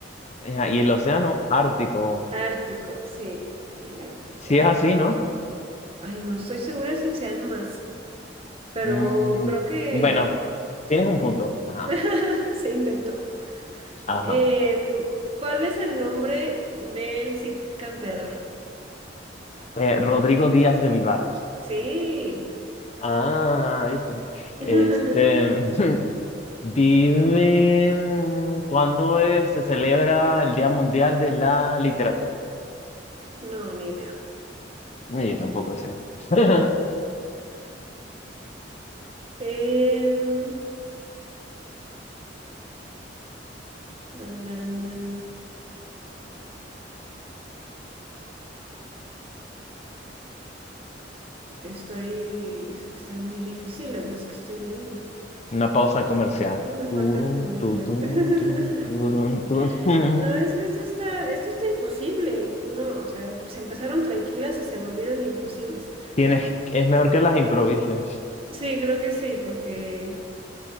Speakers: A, on the left (about 40°); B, on the right (about 30°).
A: Ajá, Y el océano Ártico,
B: Ártico, sí, el Ártico.
A: si es así, ¿no?
B: Ay, no estoy segura si sean más. pero
A: Mm,
B: creo que
A: bueno, tienes un punto. Ajá,
B: <laughs> se intentó.
A: ajá.
B: Em, ¿cuál es el nombre del Cid campeador?
A: Eh, Rodrigo Díaz de Vivar.
B: Sí.
A: Ah, viste. Este,
B: <laughs>
A: <laughs> dime mm, cuándo es- se celebra el Día Mundial de la Literatura.
B: No, ni idea. <laughs>
A: Eh, Yo tampoco sé. <laughs>
B: Em, dun, dun, dun, dun. Estoy, es que están muy difíciles las que estoy viendo.
A: Una pausa comercial.
B: Me
A: Turum,
B: falta como...
A: tutum,
B: sea.
A: tum,
B: <laughs>
A: tu, turum, tutum.
B: No, es que esto está, esto está imposible. No, o sea, em- se empezaron tranquilas y se volvieron imposibles.
A: Tienes, es mejor que las improvises.
B: Sí, creo que sí, porque,